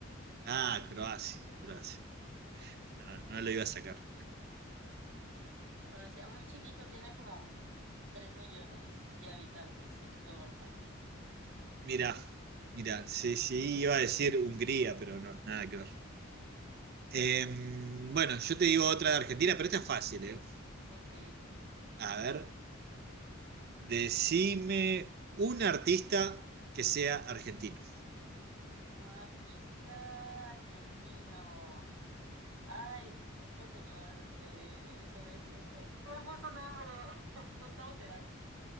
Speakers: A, on the right; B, on the right.
A: Ah, Croacia, Croacia.
B: Sí,
A: No, no lo iba a sacar.
B: Croacia, muy chiquito, tiene como 3 millones de habitantes en todo el país.
A: Mira, mira, sí, sí, iba a decir Hungría, pero no, nada que ver. Em, bueno, yo te digo otra de Argentina, pero esta es fácil, ¿eh?
B: Ok,
A: A ver, decime un artista que sea argentino.
B: un artista argentino. Ay, este señor de eso, de esto. ¿Cuál fue su nombre? <laughs> Gustavo Cerati.